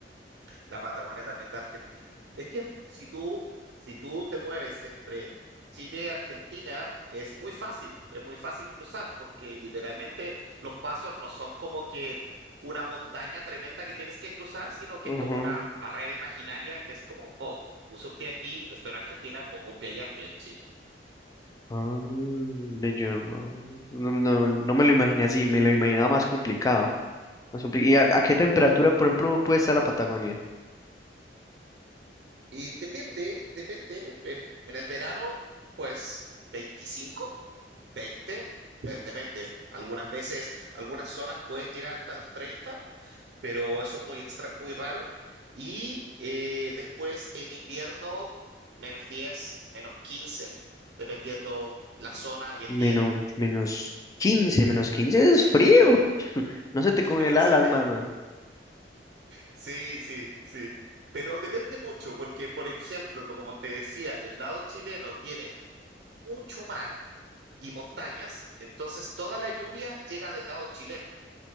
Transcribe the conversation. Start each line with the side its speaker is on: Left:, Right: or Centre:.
Right: la Patagonia también de Argentina. Es que si tú, si tú te mueves entre Chile y Argentina, es muy fácil, es muy fácil cruzar, porque literalmente los pasos no son como que una montaña tremenda que tienes que cruzar, sino que
Left: Ujú.
Right: es como una barrera imaginaria que es como, oh, uso un pie aquí, estoy en Argentina, pongo un pie allá, estoy en Chile.
Left: Ah, ve, yo no, no, no no me lo imaginé así, me lo imaginaba más complicado. Más compli- ¿Y a, a qué temperatura,
Right: Por,
Left: por ejemplo, puede estar la Patagonia?
Right: Y depende, depende. En, en el verano, pues veinticinco veinte de- depende. Algunas veces, algunas zonas pueden llegar hasta los treinta pero eso es muy extra, muy raro. Y eh, después en invierno, menos diez menos quince dependiendo la zona y el día.
Left: Menos, menos quince menos quince es frío. No se te
Right: <laughs>
Left: congela las manos.
Right: Sí, sí, sí. Pero depende mucho, porque, por ejemplo, como te decía, el lado chileno tiene mucho mar y montañas, entonces toda la lluvia llega del lado chileno.